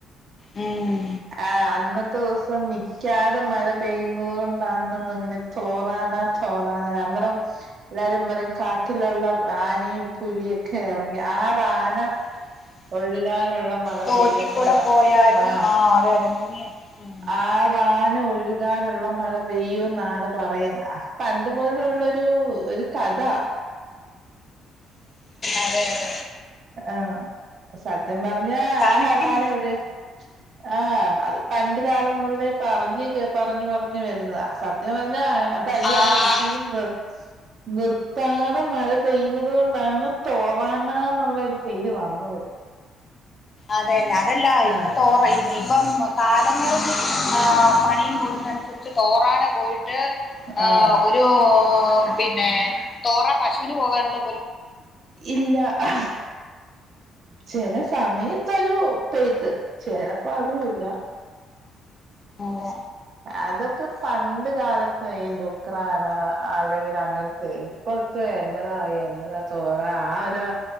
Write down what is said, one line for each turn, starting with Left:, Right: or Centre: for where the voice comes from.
Left: ഉം
Right: ആഹ് അന്നത്തെ ദിവസം നിക്കാതെ മഴ പെയ്യുന്നതു കൊണ്ടാണെന്ന് അങ്ങനെ തോറാനാ തോറാന അന്നേരം എല്ലാരും പറയും കാട്ടിലുള്ള ആനയും പുലിയൊക്കെ ഇറങ്ങി ആരാണ് ഒഴുകാനുള്ള മഴ
Left: തോട്ടിക്കൂടെ
Right: പെയ്യുന്നവർ
Left: പോയാലും
Right: ആ
Left: ആഹ് അതെ അതെ മുങ്ങിയ ഉം
Right: ആറാന ഒഴുകാനുള്ള മഴ പെയ്യും എന്നാണ് പറയുന്ന അത് പണ്ട് മുതലുള്ളൊരു ഒരു കഥ
Left: അതെ അതെ
Right: ആഹ് സത്യം പർഞ്ഞ <unintelligible>
Left: കഥയ്ക്കും
Right: ആ അത് പണ്ട്കാലം മുതലേ പറഞ് കെ പറഞ്ഞു പറഞ്ഞു വരുന്നതാ സത്യം പറഞ്ഞ <inaudible> അല്ല
Left: ആ
Right: ഇതീന്ന് <inaudible> നിർത്താതെ മഴ പെയ്യുന്നത് കൊണ്ടാണ് തോറാനാ ന്നൊള്ളൊരു പേര് വന്നത്
Left: അതെ നെ അതല്ലാ ഇപ്പൊ
Right: ആഹ്
Left: തോറ <inaudible> ഇപ്പം കാലങ്ങളും ഏഹ് പണിയും കൂടുന്നനുസരിച്ച് തോറാന പോയിട്ട് ട്ട് ഏ..
Right: ആഹ്
Left: ഒരൂ പിന്നെ തോറ പശുന് പോകോനുള്ള
Right: ഇല്ല ആഹ് ചെല സമയത്തൊരു പെയ്ത്ത് ചെലപ്പോ അതൂല്ല.
Left: അതെ
Right: അതൊക്കെ പണ്ട് കാലത്ത് ഈ ദുക്രാന അല്ലെങ്കിലങ്ങനത്തെ ഇപ്പൊ ഇപ്പന്നതായി എന്നതാ തോറാന ആ ഒരു